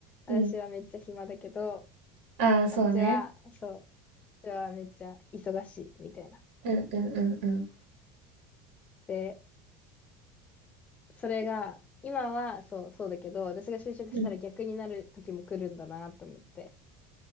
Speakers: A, on the left; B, on the right.
A: 私はめっちゃ暇だけど、
B: うん。ああ、
A: あっちは、
B: そうね。
A: そう、あっちはめっちゃ忙しいみたいな。
B: うんうんうんうん。
A: で、それが、今はそう、そうだけど、私が就職したら逆になる時も来るんだなと思って、
B: うん。